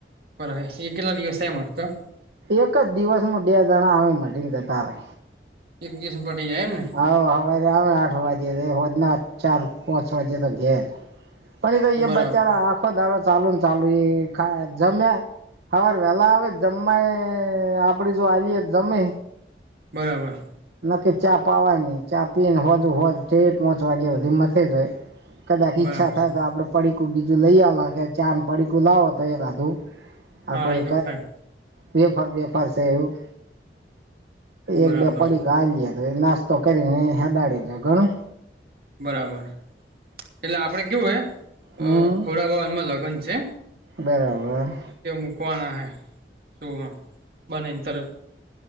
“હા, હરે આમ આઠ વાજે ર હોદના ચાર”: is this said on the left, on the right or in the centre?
Right